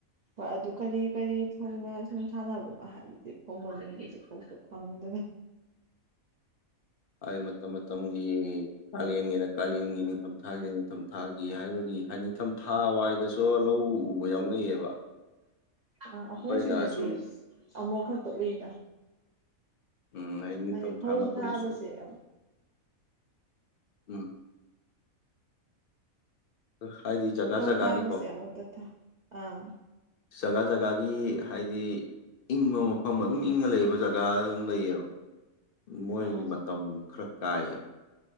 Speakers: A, on the right; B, on the left.
A: ꯍꯣꯏ ꯑꯗꯨ ꯀꯔꯤ ꯀꯔꯤ ꯊꯧꯅ ꯁꯨꯝ ꯊꯥꯅꯕꯅꯣ ꯍꯥꯏꯗꯤ ꯊꯣꯡꯕ ꯃꯤꯡ ꯂꯩꯩꯁꯦꯁꯨ ꯈꯪꯗꯅ <unintelligible>
B: ꯍꯥꯏ ꯃꯇꯝ ꯃꯇꯝꯒꯤ ꯀꯥꯂꯦꯟꯒꯤꯅ ꯀꯥꯂꯦꯟꯒꯤ ꯅꯤꯡꯊꯝꯊꯥꯒꯤꯅ ꯅꯤꯡꯊꯝꯊꯥꯒꯤ ꯍꯥꯏꯕꯒꯤ ꯍꯥꯏ ꯅꯤꯡꯊꯝ ꯊꯥ ꯋꯥꯏꯗꯁꯨ ꯂꯧ ꯎꯕ ꯌꯥꯎꯅꯩꯌꯦꯕ
A: ꯑ ꯑꯩꯈꯣꯏ
B: ꯑꯩꯈꯣꯏꯅ
A: ꯁꯤꯗꯗꯤ
B: ꯁꯨꯝ
A: ꯑꯃꯨꯛ ꯈꯛꯇ ꯎꯏꯗ
B: ꯎꯝ ꯅꯤꯡꯊꯝꯊꯥ
A: ꯍꯥꯏꯗꯤ ꯐꯧ
B: ꯃꯇꯝꯗꯁꯨ
A: ꯊꯥꯕꯁꯦ ꯑ
B: ꯎꯝ ꯍꯥꯏꯗꯤ ꯖꯒꯥ
A: ꯐꯧ
B: ꯖꯒꯥꯒꯤꯀꯣ
A: ꯊꯥꯕꯁꯦ ꯑꯃꯨꯛꯇ ꯊꯥ ꯑꯥ
B: ꯖꯒꯥ ꯖꯒꯥꯒꯤ ꯍꯥꯏꯗꯤ ꯏꯪꯕ ꯃꯐꯝ ꯑꯗꯨꯝ ꯏꯪꯉ ꯂꯩꯕ ꯖꯒꯥ ꯀ ꯑꯗꯨꯝ ꯂꯩꯌꯦꯕ ꯃꯣꯏꯒꯤ
A: ꯑꯥ
B: ꯃꯇꯝ ꯈꯔ ꯀꯥꯏꯌꯦꯕ